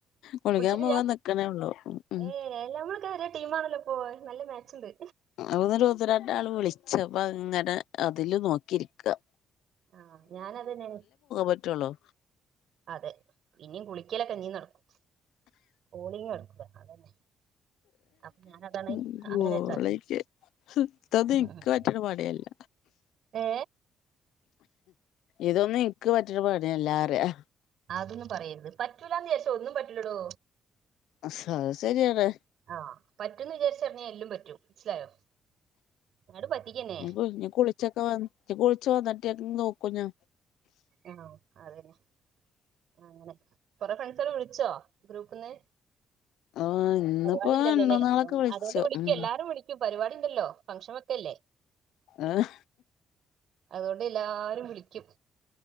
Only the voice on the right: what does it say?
കുളിച്ചിട്ടില്ല
ഏ എല്ലമ്മളൊക്കെ ഒ ടീ ആണല്ലോ അപ്പൊ നല്ല മാച്ച് ഉണ്ട്
ആ ഞാനതന്നേ
അതെ ഇനിം കുളിക്കല ക്കഞ്ഞീം നടക്കും കോളിങ് നടക്കൂല അതന്നെ അപ്പൊ ഞാനതാണ്
അങ്ങനെ ഇതാക്കിയത്
ഉം
ഉം
ഏ
അതൊന്നും പറയത് പറ്റൂലന്ന് വിചാരിച്ച ഒന്നും പറ്റൂലടോ
ആ പറ്റൂന്ന് വിചാരിച്ചഞ്ഞാൽ എല്ലും പറ്റൂ മനസ്സിലായോ ഇങ്ങട് പറ്റിക്കന്നെ
ആ അതന്നെ ആ അങ്ങനെ കൊറെ ഫ്രണ്ട്സെല്ലാം വിളിച്ചോ ഗ്രൂപ്പ്ന്ന്
പരിപാടി ഇണ്ടല്ലോല്ലേ
അതുകോണ്ട്
അതുകൊണ്ട് വിളിക്കും
എല്ലാരും വിളിക്കും പരിപാടി ഇവിഡ്ണ്ടല്ലോ ഫങ്ങ്ഷൻ വെക്കെല്ലേ
അതൊണ്ട് എല്ലാരും വിളി ക്കും